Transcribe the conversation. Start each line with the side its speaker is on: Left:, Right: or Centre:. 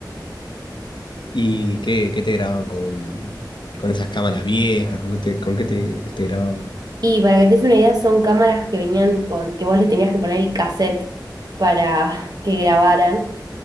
Left: ¿Y qué, qué te graban con, con esas cámaras viejas? ¿Con qué te, con qué te, te grababan?
Right: Y para que te des una idea, son cámaras que venían con, que vos le tenías que poner el cassette para <laughs> que grabaran.